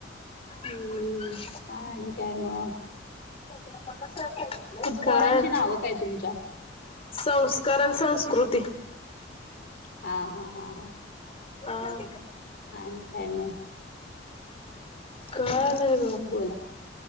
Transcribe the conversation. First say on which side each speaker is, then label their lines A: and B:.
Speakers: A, on the left (about 35°); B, on the left (about 60°).
A: हम्म!
B: आणि काय मग?
A: त्याला पन्नास काय
B: पोरांची नावं काय तुमच्या?
A: संस्कार आणि संस्कृती!
B: हा हा हा हा!
A: आ
B: आणि काय मग
A: काय नाय
B: बोला